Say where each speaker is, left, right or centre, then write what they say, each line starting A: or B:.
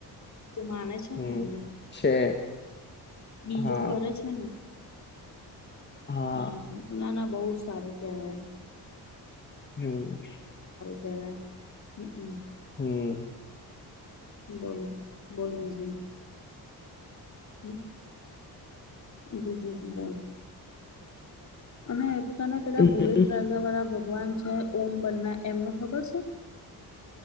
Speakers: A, on the left (about 45°); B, on the left (about 25°).
A: તો માને છે
B: હમ
A: ને એમને
B: છે
A: બીજો
B: હા
A: ઘરે છે ન.
B: હા
A: હમ્મ ના ના બહુ સારું કેવાય.
B: હમ્મ.
A: કેવા હમ્મ.
B: હમ્મ.
A: બોલ બોલી બીજ હમ્મ. બઝનેસ દંધ. અને એતાને પેલા
B: હમ,
A: બુલેટ રાજા વાળા ભ ભગવાન છે ઓમ બન્ના એમનું ખબર છે.